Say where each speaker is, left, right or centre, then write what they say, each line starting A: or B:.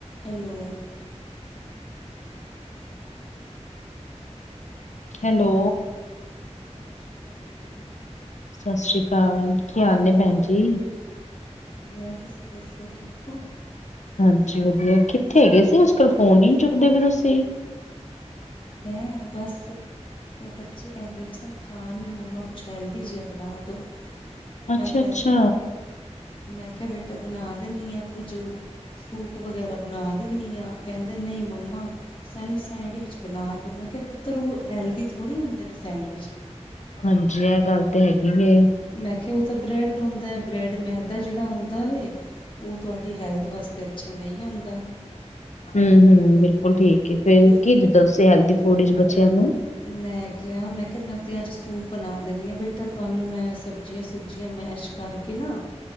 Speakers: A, on the left; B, on the left.
A: Hello.
B: Hello.
A: ਸੱਸਰੀ ਕਾਲ ਜੀ।
B: ਸੱਸਰੀ ਕਾਲ। ਕੀ ਹਾਲ ਨੇਂ ਭੈਣ ਜੀ
A: ਵਧੀਆ ਤੁਸੀਂ ਦੱਸੋ ਠੀਕ ਓ
B: ਹਾਂਜੀ, ਵਧੀਆ ਕਿੱਥੇ ਹੈਗੇ ਸੀ। ਅੱਜ-ਕਲ ਫੋਨ ਨੀਂ ਚੁੱਕਦੇ ਵੀ ਤੁਸੀਂ
A: ਮੈਂ ਬੱਸ ਉਹ ਬੱਚੇ ਕਹਿੰਦੇ ਬੇ ਸਾਨੂੰ ਖਾਣ ਨੂੰ ਮੰਮਾ ਕੁਛ ਹੈਲਦੀ ਜਿਹਾ ਬਣਾ ਦਿਉ।
B: ਅੱਛਾ
A: ਮੈਂ ਆਖਿਆ
B: ਅੱਛਾ
A: ਜੀ, ਮੈਂ ਕਿਹਾ ਬੇਟਾ ਬਣਾ ਦਿੰਦੀ ਆ ਕੁੱਝ ਸੂਪ ਵਗੈਰਾ ਬਣਾ ਦੀਣੀ ਆ ਕਹਿੰਦੇ ਨਹੀਂ ਮੰਮਾ ਸਾਨੂੰ ਸੈਂਡਵਿਚ ਬਣਾ ਦੋ। ਮੈਂ ਕਿਹਾ ਪੁੱਤਰ ਉਹ ਹੈਲਦੀ ਥੋੜ੍ਹੀ ਹੁੰਦੇ ਨੇਂ ਸੈਂਡਵਿਚ
B: ਹਾਂਜੀ, ਇਹ ਗੱਲ ਤੇ ਹੈਗੀ ਵੀ ਐ।
A: ਮੈਂ ਕਿਹਾ ਉਹ ਤਾਂ ਬ੍ਰੈਡ ਹੁੰਦਾ ਬ੍ਰੈਡ ਮੈਦਾ ਜਿਹੜਾ ਹੁੰਦਾ ਵੈ ਉਹ ਤੁਹਾਡੀ ਹੈਲਥ ਵਾਸਤੇ ਅੱਛਾ, ਨਹੀਂ ਹੁੰਦਾ।
B: ਹਮ-ਹਮ ਬਿਲਕੁਲ ਠੀਕ ਏ ਫੇਰ
A: ਫਿਰ
B: ਕੀ ਦਿੱਤਾ ਤੁਸੀਂ ਹੈਲਦੀ ਫੂਡ ਵਿਚ ਬੱਚਿਆਂ ਨੂੰ
A: ਮੈਂ ਕਿਹਾ, ਮੈਂ ਕਿਹਾ ਮੈਂ ਤੇ ਅੱਜ ਸੂਪ ਬਣਾ ਦਿੰਦੀ ਆ ਬੇਟਾ ਤੁਹਾਨੂੰ ਮੈਂ ਸਬ ਸਬਜੀਆਂ-ਸਬੂਜ਼ੀਆਂ ਮੈਸ਼ ਕਰਕੇ ਨਾਂ